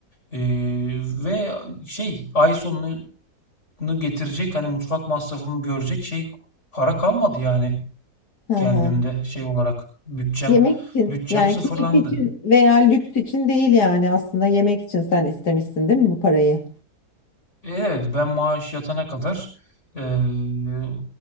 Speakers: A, on the left; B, on the left.
A: Ee, ve şey ay sonunu bunu getirecek hani mutfak masrafımı görecek şey para kalmadı yani
B: Hı
A: kendimde
B: hı.
A: şey olarak bütçem
B: Yemek için
A: bütçem
B: yani
A: sıfırlandı.
B: keyif için veya lüks için değil yani aslında yemek için sen istemişsin değil mi bu parayı?
A: E, Evet ben maaş yatana kadar eee,